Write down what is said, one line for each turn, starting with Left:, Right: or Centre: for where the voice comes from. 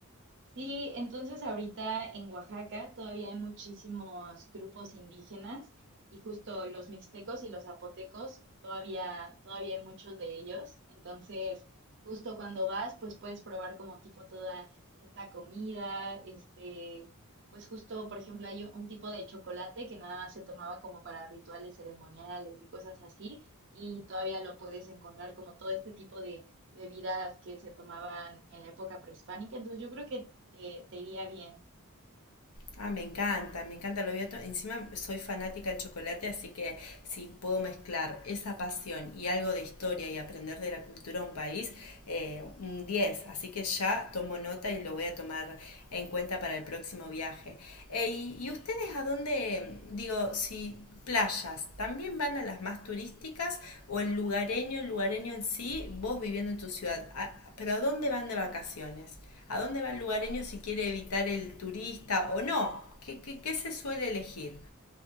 Right: Sí, entonces ahorita en Oaxaca todavía hay muchísimos grupos indígenas y justo los mixtecos y los zapotecos, todavía, todavía hay muchos de ellos. Entonces, justo cuando vas, pues puedes probar como tipo toda esta comida, este, pues justo, por ejemplo, hay un tipo de chocolate que nada más se tomaba como para rituales ceremoniales y cosas así, y todavía lo puedes encontrar como todo este tipo de bebidas que se tomaban en la época prehispánica, entonces yo creo que te, te iría bien.
Left: Ah, me encanta, me encanta lo bioto. Encima soy fanática del chocolate, así que si puedo mezclar esa pasión y algo de historia y aprender de la cultura de un país, eh, un 10. Así que ya tomo nota y lo voy a tomar en cuenta para el próximo viaje. Eh, y, ¿Y ustedes a dónde, digo, si playas, también van a las más turísticas o el lugareño, el lugareño en sí, vos viviendo en tu ciudad? A- pero ¿a dónde van de vacaciones? ¿A dónde va el lugareño si quiere evitar el turista o no? ¿Qué, qué, qué se suele elegir?